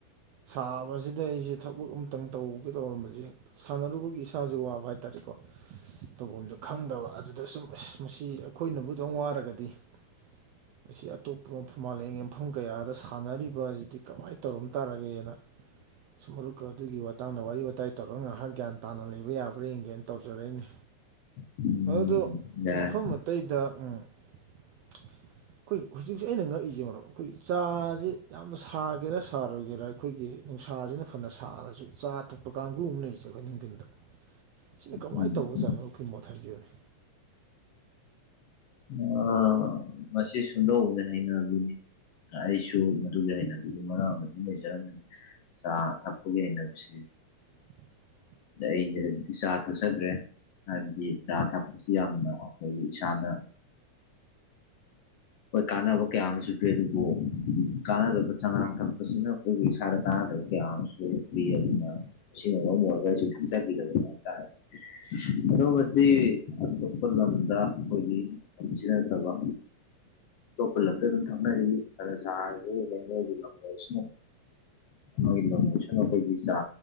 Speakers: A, on the right (about 75°); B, on the left (about 65°).
A: ꯁꯥꯕꯖꯤꯗ ꯑꯩꯖꯦ ꯊꯕꯛ ꯑꯝꯇꯪ ꯇꯧꯒꯦ ꯇꯧꯔꯝꯕꯖꯦ ꯁꯥꯟꯅꯔꯨꯕꯒꯤ ꯏꯁꯥ ꯏꯁꯥꯖꯨ ꯋꯥꯕ ꯍꯥꯏꯇꯥꯔꯦꯀꯣ ꯇꯧꯕꯝꯁꯨ ꯈꯪꯗꯕ ꯑꯗꯨꯗ ꯁꯨꯝ ꯑꯁ ꯃꯁꯤ ꯑꯈꯣꯏꯅꯕꯨ ꯑꯗꯨꯌꯥꯝ ꯋꯥꯔꯒꯗꯤ <inaudible> ꯃꯁꯤ ꯑꯇꯣꯞꯄ ꯃꯐꯝ ꯃꯥꯂꯦꯝꯒꯤ ꯃꯐꯝ ꯀꯌꯥꯗ ꯁꯥꯟꯅꯔꯤꯕꯁꯤꯗꯤ ꯀꯃꯥꯏꯅ ꯇꯧꯔꯝ ꯇꯥꯔꯒꯦꯅ ꯁꯨꯝ ꯃꯔꯨꯞꯀ ꯑꯗꯨꯒꯤ ꯃꯇꯥꯡꯗ ꯋꯥꯔꯤ ꯋꯥꯇꯥꯏ ꯇꯧꯔꯒ ꯉꯍꯥꯛ ꯒ꯭ꯌꯥꯟ ꯇꯥꯅ ꯂꯩ ꯕ ꯌꯥꯕ꯭ꯔꯥ ꯌꯦꯡꯒꯦꯅ ꯇꯧꯖꯔꯛꯏꯅꯤ
B: ꯎꯝ
A: ꯑꯗꯨ
B: ꯌꯥꯏ
A: ꯃꯐꯝ ꯑꯇꯩꯗ ꯎꯝ ꯑꯩꯈꯣꯏ ꯍꯧꯖꯤꯛꯁ‌ꯦ ꯑꯩꯅ ꯉꯛꯏꯁꯦ ꯃꯔꯨꯞ ꯑꯩꯈꯣꯏ ꯆꯥꯁꯦ ꯌꯥꯝꯅ ꯁꯥꯒꯦꯔꯥ ꯁꯥꯔꯣꯏꯒꯦꯔꯥ ꯑꯩꯈꯣꯏꯒꯤ ꯅꯨꯡꯁꯥꯁꯤꯅ ꯐꯅ ꯁꯥꯔꯁꯨ ꯆꯥ ꯊꯛꯄ ꯀꯥꯡꯒꯨ ꯑꯃ ꯂꯩꯔꯤꯁꯦ ꯑꯩꯈꯣꯏ ꯅꯨꯡꯊꯤꯟꯗ ꯁꯤꯅ ꯀꯃꯥꯏꯅ
B: ꯎꯝ
A: ꯇꯧꯕ ꯖꯥꯠꯅ‌ꯣꯀꯤ ꯃꯣꯠ ꯊꯝꯕꯤꯌꯨꯅꯦ
B: ꯑꯥ ꯃꯁꯤ ꯁꯨꯟꯗꯧꯕꯅꯤ ꯍꯥꯏꯅ ꯑꯗꯨꯒꯤ ꯑꯩꯁꯨ ꯃꯗꯨꯒꯤ ꯍꯩꯅꯕꯤꯗꯨ ꯃꯔꯥꯛ ꯑꯃ ꯑꯗꯨꯝ ꯂꯩꯖꯔꯝꯃꯤ ꯆꯥ ꯊꯛꯄꯒꯤ ꯍꯩꯅꯕꯤꯁꯦ
A: <inaudible>
B: ꯑꯩꯅ‌ꯦ ꯍꯧꯖꯤꯛꯇꯤ ꯆꯥ ꯊꯛꯆꯗ꯭ꯔꯦ ꯍꯥꯏꯕꯗꯤ ꯆꯥ ꯊꯛꯄꯁꯤ ꯌꯥꯝꯅ ꯑꯩꯈꯣꯏꯒꯤ ꯏꯁꯥꯗ ꯍ‌ꯣꯏ ꯀꯥꯟꯅꯕ ꯀꯌꯥ ꯑꯃꯁꯨ ꯄꯤ ꯑꯗꯨꯕꯨ ꯀꯥꯟꯅꯗꯕ ꯆꯉꯥꯡ ꯊꯛꯄꯁꯤꯅ ꯑꯩꯈꯣꯏꯒꯤ ꯏꯁꯥꯗ ꯀꯥꯟꯅꯗꯕ ꯀꯌꯥ ꯑꯃꯁꯨ ꯄꯤ ꯑꯗꯨꯅ ꯁꯤꯅ ꯃꯔꯝ ꯑꯣꯏꯔꯒ ꯑꯩꯁꯨ ꯊꯛꯆꯈꯤꯗꯕꯅꯤ ꯍꯥꯏꯇꯥꯔꯦ ꯑꯗ‌ꯦ ꯉꯁꯤ ꯑꯇꯣꯞꯄ ꯂꯝꯗ ꯑꯩꯈꯣꯏꯒꯤ ꯁꯤ ꯅꯠꯇꯕ ꯑꯇꯣꯞꯄ ꯂꯝꯗ ꯑꯗꯨꯝ ꯊꯛꯅꯔꯤ ꯑꯗ ꯁꯥꯔꯁꯨ ꯂꯩꯉꯣꯏꯒꯤ ꯂꯝ ꯑꯣꯏꯔꯁꯨ ꯂꯩꯉ‌‌ꯣꯏꯒꯤ ꯂꯝ ꯑ‌ꯣꯏꯁꯅꯨ ꯑꯩꯈꯣꯏꯒꯤ ꯆꯥ